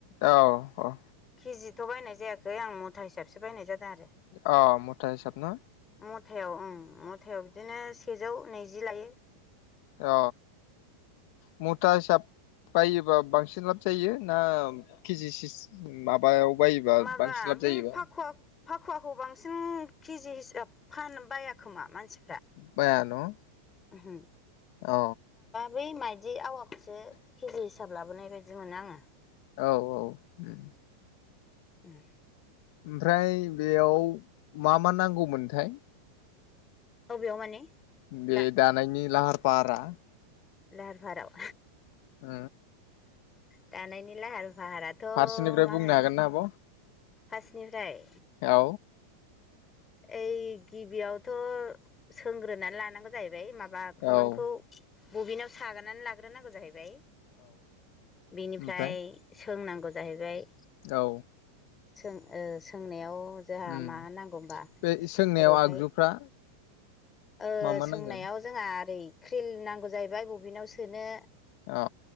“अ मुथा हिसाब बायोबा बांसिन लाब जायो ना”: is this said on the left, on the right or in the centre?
Left